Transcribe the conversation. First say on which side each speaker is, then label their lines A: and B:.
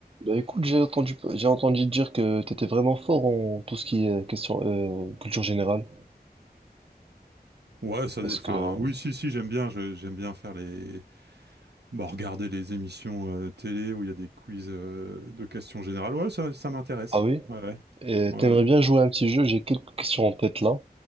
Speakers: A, on the right; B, on the right.
A: Bah écoute, j'ai entendu, j'ai entendu dire que tu étais vraiment fort en tout ce qui est euh, question, euh, culture générale.
B: Ouais, ça,
A: Est-ce
B: dé- enfin,
A: que...
B: oui, si, si, j'aime bien, je- j'aime bien faire les, bah, regarder les émissions euh, télé où il y a des quiz euh, de questions générales. Ouais, ça, ça m'intéresse.
A: Ah oui?
B: Ouais, ouais,
A: Et
B: ouais.
A: t'aimerais bien jouer à un petit jeu, j'ai quelques questions en tête là.